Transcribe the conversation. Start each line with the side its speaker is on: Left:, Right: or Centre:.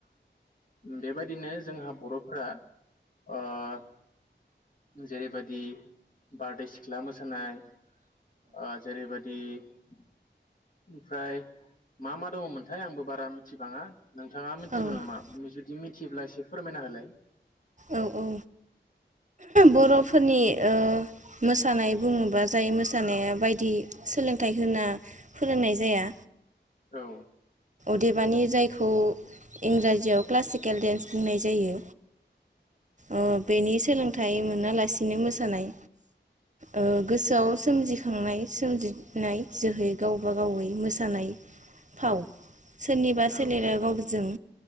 Left: बेबायदिनो जोंहा बर'फोरा ओ जेरैबायदि बारदै सिख्ला मोसानाय ओ जेरैबायदि ओमफ्राय मा मा दङमोनथाय आंबो बारा मिथिबाङा नोंथाङा मिथिगौ
Right: औ
Left: नामा? जुदि मि मिथियोब्ला एसे फोरमायना होलाय
Right: औ औ बर'फोरनि। ओ मोसानाय बुङोबा जाय मोसानाया बायदि सोलोंथाइ होना फोरोंनाय जाया
Left: औ
Right: देबानि जायखौ इंराजियाव क्लासिकेल डेन्स बुंनाय जायो। ओ बेनि सोलोंथाइ मोन मोनालासिनो मोसानाय ओ गोसोआव सोमजिखांनाय सोमजिनाय जोहै गावबा गावै मोसानाय फाव सोरनिबा सोलेरा
Left: ओ
Right: गावजों